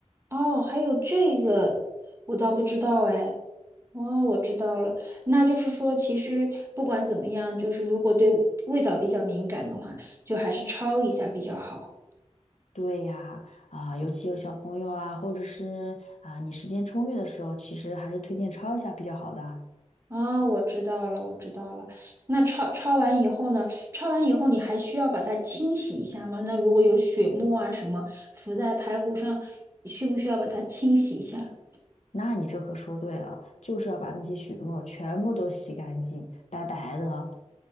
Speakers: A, on the right; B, on the left.
A: 哦，还有这个，我倒不知道哎。哦，我知道了，那就是说，其实不管怎么样，就是如果对味道比较敏感的话，就还是焯一下比较好。
B: 对呀，啊，尤其有小朋友啊，或者是啊你时间充裕的时候，其实还是推荐焯一下比较好的。
A: 哦，我知道了，我知道了。那焯焯完以后呢？焯完以后你还需要把它清洗一下吗？那如果有血沫啊什么浮在排骨上，需不需要把它清洗一下？
B: 那你这可说对了，就是要把那些血沫全部都洗干净，白白的。